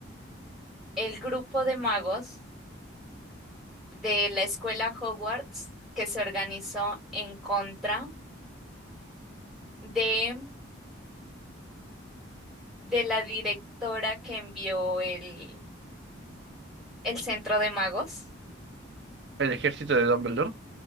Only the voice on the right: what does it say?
El ejército de Dumbledore.